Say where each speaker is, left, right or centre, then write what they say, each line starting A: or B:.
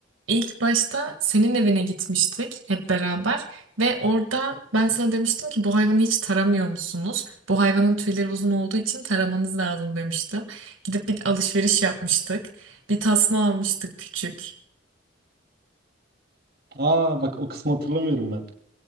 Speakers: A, on the right; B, on the right.
A: İlk başta senin evine gitmiştik hep beraber ve orada ben sana demiştim ki bu hayvanı hiç taramıyor musunuz? Bu hayvanın tüyleri uzun olduğu için taramanız lazım demiştim. Gidip bir alışveriş yapmıştık. Bir tasma almıştık küçük.
B: Aa bak o kısmı hatırlamıyorum ben.